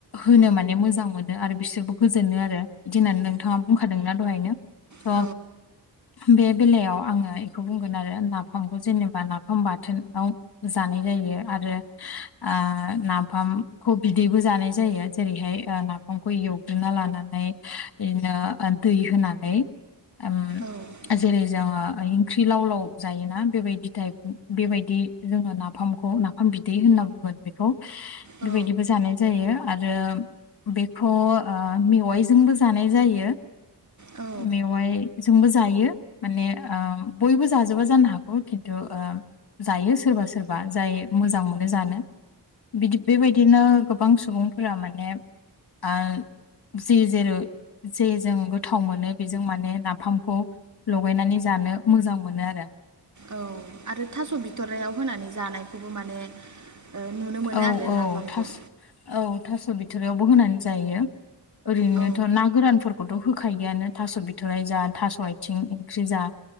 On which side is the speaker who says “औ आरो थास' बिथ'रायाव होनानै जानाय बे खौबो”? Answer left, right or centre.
Right